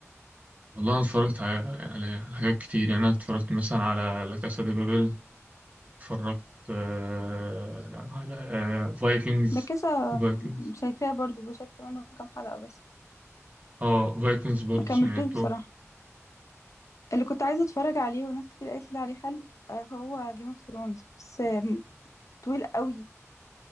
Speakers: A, on the right; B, on the left.
A: والله انا اتفرجت على على حاجات كتير يعني انا اتفرجت مثلا على لا كاسا دي بابل اتفرجت آه، على آه، فايكنجز
B: ده كذا م-
A: فايكنجز
B: شايفاه برضو بشوف منه كام حلقة بس
A: اه فايكنجز برضه
B: ما كملتوش
A: سمعته
B: بصراحة اللي كنت عايزة اتفرج عليه وناس كتير قالت لي عليه حلو آه، هو جيم اوف ثرونز بس آم، طويل قوي